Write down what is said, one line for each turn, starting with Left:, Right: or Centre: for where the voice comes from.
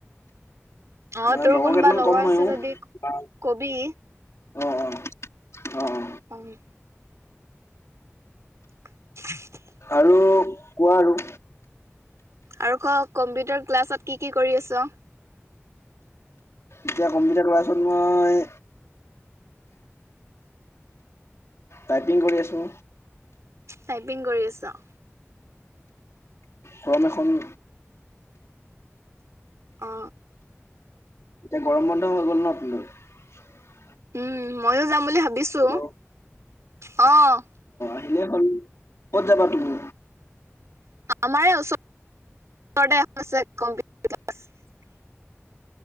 Right: অ
Left: <unintelligible>
Right: তোৰ কোনোবা লগৰ
Left: অ
Right: আছে যদি কবি
Left: অ অ।
Right: অ ' <inaudible>
Left: আৰু কোৱা আৰু।
Right: আৰু ক কম্পিউটাৰ ক্লাছত কি কি কৰি আছ।
Left: এতিয়া কম্পিউটাৰ ক্লাছত মই। টাইপিং কৰি আছোঁ।
Right: টাইপিং কৰি আছ।
Left: ফৰম এখন।
Right: অ।
Left: এতিয়া গৰম বন্ধ হৈ গল ন <unintelligible>
Right: উম ময়ো যাম বুলি ভাবিছো।
Left: হেল্ল'
Right: অ'
Left: আহিলে হল, ক'ত যাবা তুমি।
Right: <unintelligible>